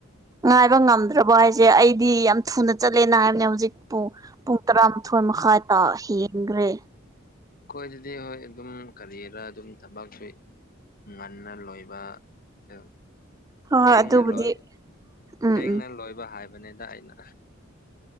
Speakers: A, on the right; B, on the left.
A: ꯉꯥꯏꯕ ꯉꯝꯗ꯭ꯔꯕ ꯍꯥꯏꯁꯦ ꯑꯩꯗꯤ ꯌꯥꯝ ꯊꯨꯅ ꯆꯠꯂꯦꯅ ꯍꯥꯏꯕꯅꯦ ꯍꯧꯖꯤꯛꯄꯨ ꯄꯨꯡ ꯇꯔꯥ ꯃꯊꯣꯏ ꯃꯈꯥꯏ ꯇꯥ ꯍ‌ꯦꯟꯈ꯭ꯔꯦ
B: ꯑꯩꯈꯣꯏ ꯑꯗꯨꯗꯤ ꯍꯣꯏ ꯑꯗꯨꯝ ꯀꯔꯤꯔꯥ ꯑꯗꯨꯝ ꯊꯕꯛ ꯁꯨꯏ ꯉꯟꯅ ꯂꯣꯏꯕ ꯁꯦ
A: ꯍꯣꯏ
B: ꯊꯦꯡꯅ
A: ꯍꯣꯏ ꯑꯗꯨꯕꯨꯗꯤ
B: ꯂꯣꯏ
A: ꯎꯝ
B: ꯊꯦꯡꯅ ꯂꯣꯏꯕ ꯍꯥꯏꯕꯅꯤꯗ ꯑꯩꯅ